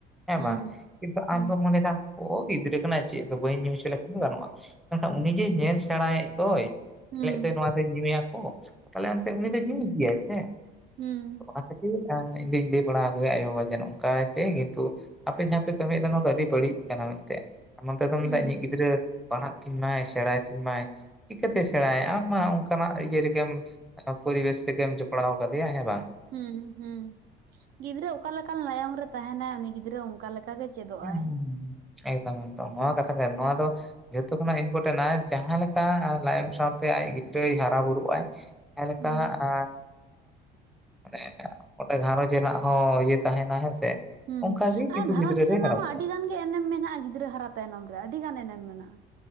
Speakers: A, in the centre; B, on the right.
A: ᱦᱮᱸ
B: ᱦᱩᱸ
A: ᱵᱟᱝ ᱠᱤᱱᱛᱩ
B: ᱦᱩᱸ
A: ᱟᱢ ᱫᱚᱢ ᱢᱚᱱᱮᱭ ᱫᱟ ᱚ ᱜᱤᱫᱽᱨᱟᱹ ᱠᱟᱱᱟᱭ, ᱪᱮᱫ ᱫᱚ ᱵᱟᱹᱧ ᱧᱩ ᱦᱚᱪᱚ ᱞᱮᱹᱠᱷᱟᱱ ᱜᱮ ᱜᱟᱱᱚᱜᱼᱟ, ᱢᱮᱱᱹᱠᱷᱟᱱ ᱩᱱᱤ ᱡᱮ ᱧᱮᱞ ᱥᱮᱲᱟᱭᱮᱫ ᱫᱚᱭ᱾
B: ᱦᱩᱸ
A: ᱮᱞᱮᱡ ᱛᱮ ᱱᱚᱣᱟ ᱫᱚᱭ ᱧᱩᱭᱟᱼᱠᱚ, ᱛᱟᱦᱚᱞᱮ ᱮᱱᱛᱮ ᱩᱱᱤ ᱫᱚᱭ ᱧᱩᱭ ᱜᱮᱭᱟᱼᱭ ᱥᱮ᱾
B: ᱦᱩᱸ,
A: ᱚᱱᱟ ᱠᱷᱟᱹᱛᱤᱨ ᱤᱧ ᱫᱩᱧ ᱞᱟᱹᱭ ᱵᱟᱲᱟ ᱟᱹᱜᱩᱭᱟ, ᱟᱭᱳ ᱵᱟᱵᱟ ᱡᱮ ᱱᱚᱝᱠᱟᱭ ᱯᱮ ᱠᱤᱱᱛᱩ ᱟᱯᱮ ᱡᱟᱦᱟᱸ ᱯᱮ ᱠᱟᱹᱢᱤᱭᱮᱫᱟ ᱱᱚᱣᱟ ᱫᱚ ᱟᱹᱰᱤ ᱵᱟᱹᱲᱤᱡ ᱠᱟᱱᱟ ᱢᱮᱱᱛᱮ, ᱱᱚᱱᱛᱮ ᱫᱚᱢ ᱢᱮᱱᱫᱟ
B: ᱦᱩᱸ
A: ᱤᱧᱤᱡ ᱜᱤᱫᱽᱨᱟᱹ ᱯᱟᱲᱦᱟᱜ ᱛᱤᱧ ᱢᱟᱭ, ᱥᱮᱬᱟᱭ ᱛᱤᱧ ᱢᱟᱭ, ᱪᱤᱠᱟᱹᱛᱮ ᱥᱮᱬᱟᱭ ᱟᱢ ᱢᱟ ᱚᱱᱹᱠᱟᱱᱟᱜ ᱤᱭᱟᱹ ᱨᱮᱜᱮᱢ ᱯᱚᱨᱤᱵᱮᱥ ᱨᱮᱜᱮᱢ ᱡᱚᱯᱲᱟᱣ ᱠᱟᱫᱮᱭᱼᱟ ᱦᱮᱸ ᱵᱟᱝ᱾
B: ᱦᱩᱸ, ᱦᱩᱸ, ᱜᱤᱫᱽᱨᱟᱹ ᱚᱠᱟ ᱞᱮᱠᱟᱱ ᱞᱟᱭᱚᱝ ᱨᱮ ᱛᱟᱦᱮᱸᱱᱟᱼᱭ, ᱩᱱᱤ ᱜᱤᱫᱽᱨᱟᱹ ᱚᱱᱠᱟ ᱞᱮᱠᱟ ᱜᱮ ᱪᱮᱫᱚᱜ-ᱟᱭ
A: ᱦᱩᱸ, ᱦᱸ, ᱮᱠᱫᱚᱢ-ᱮᱠᱫᱚᱢ ᱱᱚᱶᱟ ᱠᱟᱛᱷᱟ ᱠᱟᱱᱟ ᱱᱚᱶᱟ ᱫᱚ᱾ ᱡᱚᱛᱚ ᱠᱷᱚᱱᱟᱜ ᱤᱢᱯᱚᱴᱮᱱᱟ ᱟᱭ, ᱡᱟᱦᱟᱸ ᱞᱮᱠᱟ ᱞᱟᱭᱚᱝ ᱥᱟᱶᱛᱮ ᱟᱭᱤᱡ ᱜᱤᱫᱽᱨᱟᱹᱭ ᱦᱟᱨᱟ ᱵᱩᱨᱩᱜ ᱟᱭ᱾ ᱡᱮᱞᱮᱠᱟ
B: ᱦᱩᱸ
A: ᱟᱦ ᱦᱚᱸ, ᱢᱟᱱᱮ ᱚᱸᱰᱮ ᱜᱷᱟᱨᱚᱡᱽ ᱨᱮᱱᱟᱼᱜ ᱦᱚᱸ, ᱤᱭᱟᱹ ᱛᱟᱦᱮᱱᱟ ᱦᱮᱸᱥᱮ᱾
B: ᱦᱩᱸ,
A: ᱚᱱᱠᱟ ᱜᱮ ᱠᱤᱱᱛᱩ
B: ᱟᱨ ᱜᱷᱟᱷᱟᱨᱚᱡᱽ
A: ᱜᱤᱫᱽᱨᱟᱹ ᱫᱚᱭ
B: ᱨᱮᱱᱟᱼᱜ
A: ᱦᱟᱨᱟ
B: ᱢᱟ
A: ᱵᱩᱨᱩᱜᱼᱟ
B: ᱟᱹᱰᱤ ᱜᱟᱱ ᱜᱮ ᱮᱱᱮᱢ ᱢᱮᱱᱟᱜᱼᱟ, ᱜᱤᱫᱽᱨᱟᱹ ᱦᱟᱨᱟ ᱛᱟᱭᱱᱚᱢ ᱨᱮ ᱟᱹᱰᱤ ᱜᱟᱱ ᱮᱱᱮᱢ ᱢᱮᱱᱟᱜᱼᱟ᱾